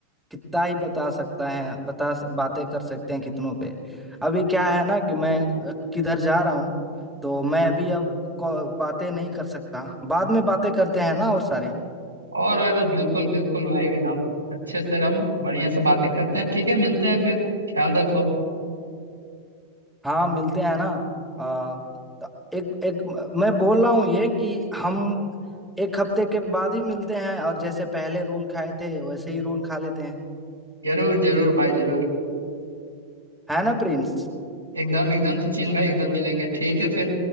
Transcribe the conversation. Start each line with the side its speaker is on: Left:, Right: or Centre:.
Centre: कितना ही बता सकता है बता बातें कर सकते हैं कितनों पे अभी क्या है ना कि मैं किधर जा रहा हूँ तो मैं अभी अब को- बातें नहीं कर सकता बाद में बातें करते हैं ना और सारे
Right: और अगर बिल्कुल बिल्कुल भाई एकदम अच्छे से हम बढ़िया से बातें करते हैं ठीक है मिलते हैं फिर ख्याल रखो
Centre: हाँ मिलते हैं ना आ, तो एक एक मैं बोल रहा हूँ ये कि हम एक हफ्ते के बाद ही मिलते हैं और जैसे पहले रोल खाए थे वैसे ही रोल खा लेते हैं
Right: जरूर जरूर भाई जरूर
Centre: है ना प्रिंस
Right: एकदम एकदम सचिन भाई एकदम मिलेंगे ठीक है फिर